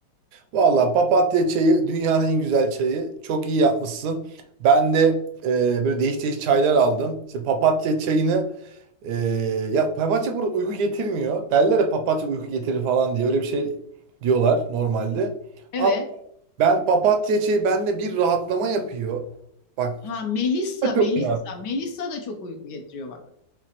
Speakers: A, on the right; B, on the left.
A: Valla papatya çayı dünyanın en güzel çayı. Çok iyi yapmışsın. Ben de e, böyle değiş değiş çaylar aldım. İşte papatya çayını Ee, ya papatya burada uyku getirmiyor. Derler ya papatya uyku getirir falan diye. Öyle bir şey diyorlar normalde.
B: Evet.
A: Ama ben papatya şey bende bir rahatlama yapıyor. Bak.
B: Ha Melissa, Melissa.
A: Çok ya.
B: Melissa da çok uyku getiriyor bak.